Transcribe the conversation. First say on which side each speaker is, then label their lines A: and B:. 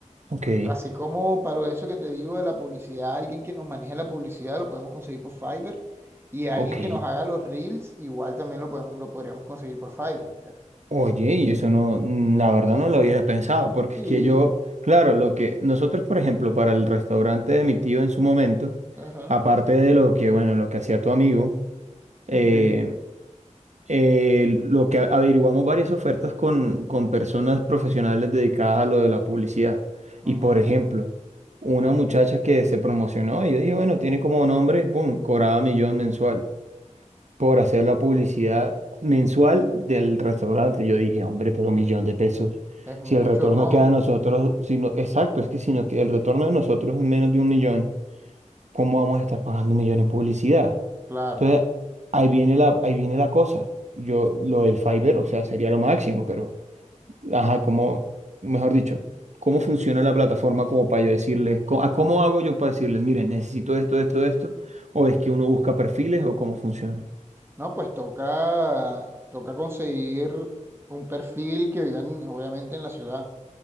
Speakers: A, on the right (about 65°); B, on the right (about 20°).
A: ok,
B: así como para eso que te digo de la publicidad, alguien que nos maneje la publicidad lo podemos conseguir por Fiverr y alguien
A: ok.
B: que nos haga los reels igual también lo, podemos- lo podríamos conseguir por Fiverr, ya.
A: Oye, y eso no, mm, la verdad no lo había pensado, porque
B: Sí,
A: es que yo, claro, lo que nosotros, por ejemplo, para el restaurante de mi tío en su momento,
B: ajá.
A: aparte de lo que, bueno, lo que hacía tu amigo, eh,
B: Ok.
A: eh, lo que a- averiguamos varias ofertas con, con personas profesionales dedicadas a lo de la publicidad. Y,
B: Ujú.
A: por ejemplo, una muchacha que se promocionó, y yo dije, bueno, tiene como nombre, boom, cobraba millón mensual por hacer la publicidad mensual del restaurante. Yo dije, hombre, pero un millón de pesos.
B: Es mucho,
A: Si el retorno
B: ¿no?
A: queda a nosotros, si no- exacto, es que si nos, que- el retorno de nosotros es menos de un millón, ¿cómo vamos a estar pagando un millón en publicidad?
B: Claro.
A: Entonces, ahí viene la, ahí viene la cosa. Yo, lo del Fiverr, o sea, sería lo máximo, pero, ajá, como, mejor dicho, ¿cómo funciona la plataforma como para yo decirles, co- a cómo hago yo para decirles, miren, necesito esto, esto, esto, o es que uno busca perfiles o cómo funciona?
B: No, pues toca, toca conseguir un perfil que vivan, obviamente, en la ciudad.